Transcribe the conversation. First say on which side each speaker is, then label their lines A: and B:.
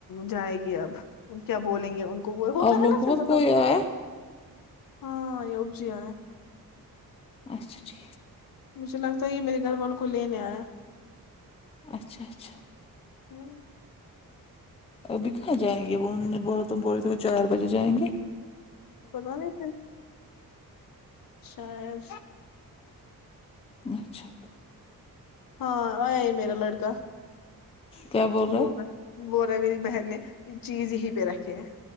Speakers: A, on the left; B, on the left.
A: جائے گی اب کیا بولیں گے ان گو ہوتا
B: آپ لوگوں
A: ہے نا
B: کو
A: س
B: مت کوئی
A: ج
B: آیا
A: ہاں ابجی ہے
B: اچھا ٹھیک
A: مجھے لگتا ہے یہ میرے گھر والوں کو لینے آیا ہے
B: اچھا اچھا
A: ہوں
B: اب کہاں جائیں گی ب بات بولی چار بجے جائیں گی
A: پرو شاید
B: اچھا
A: ہاں آیا ہی میرا لڑکا
B: کیا بول
A: ب
B: ہے
A: رہا ب رہا ہے میری بہن نے چیز یہیں پہ رکھے ہیں